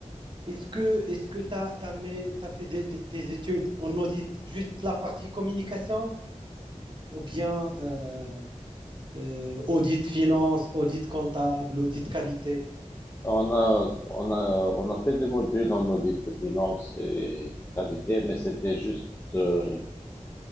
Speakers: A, on the right; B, on the left.
A: Est-ce que est-ce que tu as, fait des- tes études en audit, juste la partie communication ou bien euh, euh, audit finance, audit comptable, audit qualité.
B: on a, on a, on a fait des modules en audit de finance et qualité, mais c'était juste euh,